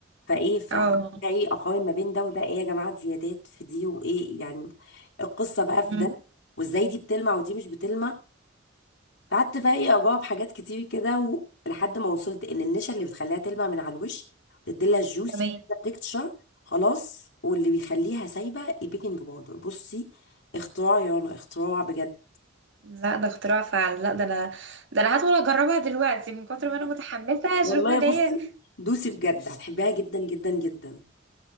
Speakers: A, on the left; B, on the right.
A: فايه ف
B: اه
A: ده ايه اقارن ما بين ده وده ايه يا جماعه زيادات في دي وايه يعني القصه بقى
B: مم.
A: في ده وازاي دي بتلمع ودي مش بتلمع قعدت بقى ايه اجاوب حاجات كتير كده و... لحد ما وصلت ان النشا اللي بتخليها تلمع من على الوش تديلها الجوسي
B: تمام
A: تكتشر خلاص واللي بيخليها سايبه البيكنج باودر بصي اختراع يا رنا اختراع بجد
B: لا ده اختراع فعلا لا ده انا ده انا هدخل اجربها دلوقتي من كتر ما انا متحمسه <laughs>
A: والله
B: اشوف ان
A: بصي
B: هي
A: دوسي بجد هتحبيها جدا جدا جدا